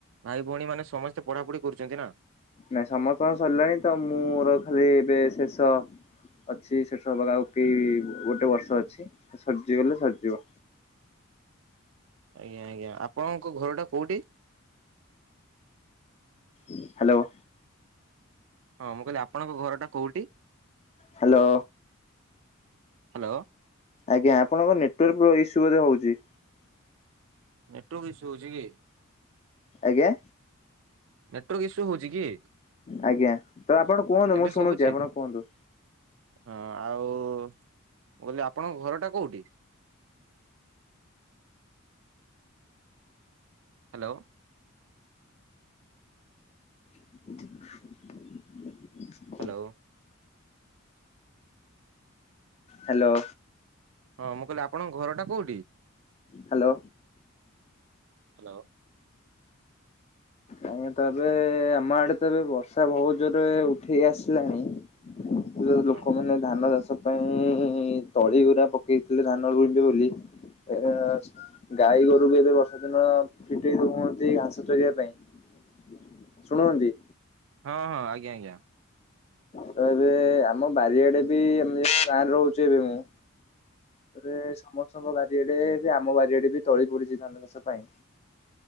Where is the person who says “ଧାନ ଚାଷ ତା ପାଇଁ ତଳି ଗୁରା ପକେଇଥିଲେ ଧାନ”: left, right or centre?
Left